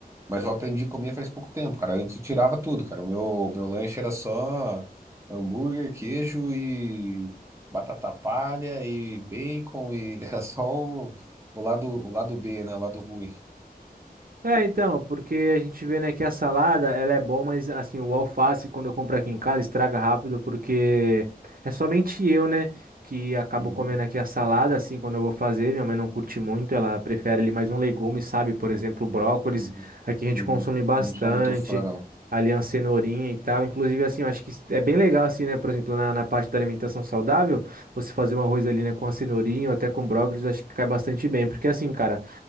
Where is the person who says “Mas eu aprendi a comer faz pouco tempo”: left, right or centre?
Right